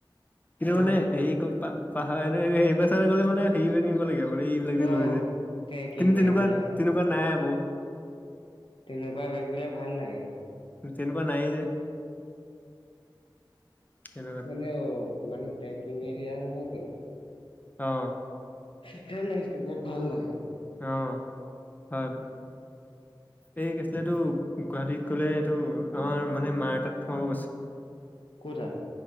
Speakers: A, on the left; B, on the left.
A: কিন্তু
B: অ
A: মানে
B: নহয় কি
A: এই ক পা পাহাৰ এনে স এইবছাৰ গলে মানে হেৰি প নি লাগে আৰু ক এইবিলাক
B: অ
A: লয় যে
B: ট্ৰেকিং
A: কিন্তু
B: বেগ
A: তেনেকুৱা
B: বিলাক
A: তেনেকুৱা নাই আকৌ।
B: তেনেকুৱা বেগ বিলাক ভাল লাগে
A: তেনেকুৱা নায়েই যে। সেইবিলাক।
B: মানে অঁ মানে ট্ৰেকিং এৰিয়া নহয় জানো।
A: অঁ!
B: সেইকাৰণে সেইটো বেট ভাল লাগে।
A: অঁ হয় ব এই কি আছিলে এই তো গুৱাহাটীত গ'লে এইটো আমাৰ মানে মাৰ তাত সোমাব গৈছে!
B: ক'তাত